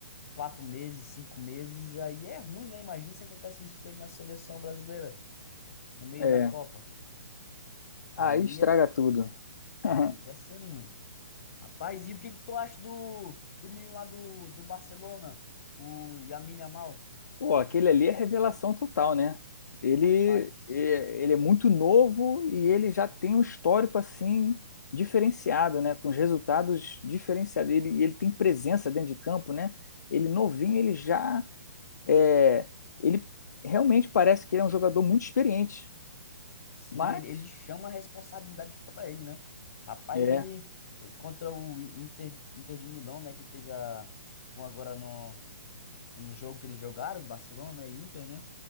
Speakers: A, on the left; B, on the left.
A: quatro meses, cinco meses, e aí é ruim, né? Imagina se acontece isso com ele na seleção brasileira, no meio
B: É.
A: da Copa. Aí
B: Aí estraga
A: ia,
B: tudo. <laughs>
A: aí ia ser ruim. Rapaz, e o que que tu acha do, do menino lá do, do Barcelona, o Lamine Yamal?
B: Pô, aquele ali é revelação total, né? Ele,
A: Rapaz,
B: é- ele é muito novo e ele já tem um histórico assim diferenciado, né? Com os resultados diferenciados. Ele, ele tem presença dentro de campo, né? Ele novinho, ele já é, ele realmente parece que ele é um jogador muito experiente.
A: Sim,
B: Mas
A: ele, ele chama a responsabilidade para ele, né? Rapaz,
B: é,
A: ele eh, contra o Inter, Inter de Milão, né? Que teve a. Com agora no, no jogo que eles jogaram, Barcelona e Inter, né?